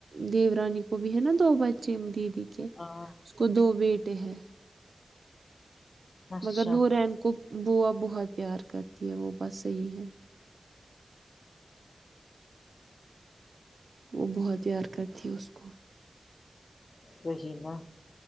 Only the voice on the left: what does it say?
ہاں
اچھا
وہی نا